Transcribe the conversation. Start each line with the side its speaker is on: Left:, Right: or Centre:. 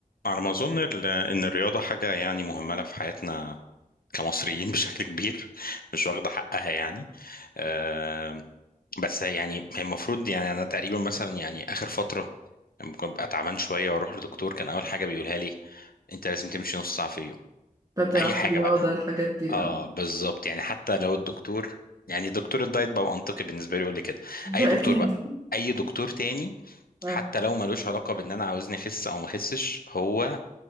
Left: على ما أظن ال- إن الرياضة حاجة يعني مهملة في حياتنا كمصريين <laughs> بشكل كبير مش واخدة حقها يعني آه، بس يعني هي المفروض يعني أنا تقريبا مثلا يعني آخر فترة ممكن أبقى تعبان شوية وأروح لدكتور كان أول حاجة بيقولها لي أنت لازم تمشي نص ساعة في اليوم
Right: طب بتلعب
Left: أي
Right: في
Left: حاجة
Right: الرياضة
Left: بقى
Right: الحاجات دي
Left: أه
Right: اه <laughs>
Left: بالظبط يعني حتى لو الدكتور يعني دكتور الدايت بقى منطقي بالنسبة لي يقول لي كده
Right: ده
Left: أي دكتور
Right: أكيد
Left: بقى أي دكتور تاني
Right: اه
Left: حتى لو ملوش علاقة بإن أنا عاوزني أخس أو ما أخسش هو